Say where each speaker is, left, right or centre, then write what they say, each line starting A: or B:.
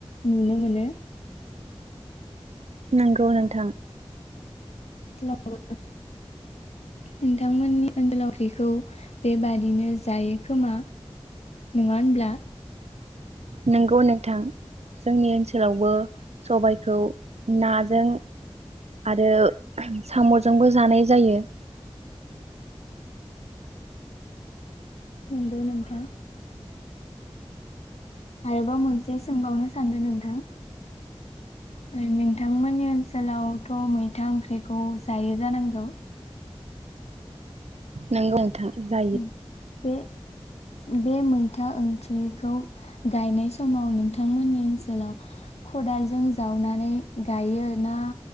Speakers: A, on the left; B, on the right.
A: नुनो मोनो
B: नोंगौ नोंथां
A: नोंथांमोननि ओनगोलाव ओख्रिखौ बेबादिनो जायो खोमा नङा होनब्ला
B: नोंगौ नोंथां जोंनि ओनसोलावबो सबायखौ नाजों आरो साम'जोंबो जानाय जायो
A: नंगौ नोंथां आरोबाव मोनसे सोंबावनो सानदों नोंथां नो नोंथांमोननि ओनसोलावथ' मैथा ओंख्रिखौ जायो जानांगौ
B: नोंगौ नोंथां जायो
A: उम बे बे मैथा ओंख्रिखौ गायनाय समाव नोंथांमोननि ओनसोलाव खदालजों जावनानै गायो ना